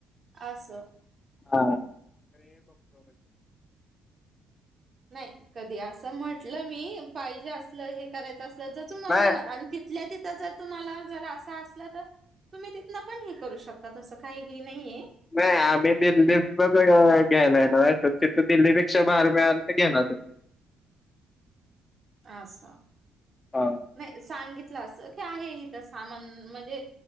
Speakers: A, on the right; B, on the left.
A: असं
B: हां
A: नाही कधी अस म्हटल मी पाहिजे असल हे करायच असल तर तुम्हाला
B: नाही
A: जमल. आणि ति तिथल्या तिथ जर तुम्हाला जर अस असल तर. तुम्ही तिथन पण हे करू शकता तस काही हे नाहीये.
B: नाही आम्ही दिल्लीतच घ्यायला येणार ना तर तिथ दिल्लीपेक्षा भारी मिळाल तर घेणार.
A: अस.
B: हां.
A: नाही सांगितल अस की आहे इथ सामान म्हणजे.